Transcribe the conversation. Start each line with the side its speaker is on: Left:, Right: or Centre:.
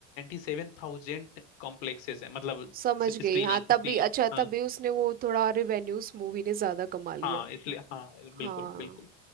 Left: 97000 कॉम्प्लेक्सेस है मतलब
Right: समझ गई
Left: स्क्रीनिंग
Right: हाँ तभी
Left: स्क्रीन
Right: अच्छा
Left: हाँ
Right: तभी उसने वो थोड़ा रिवेन्यू उस मूवी ने ज्यादा कमा लिया
Left: हाँ इसलिए हाँ
Right: हाँ
Left: बिल्कुल बिल्कुल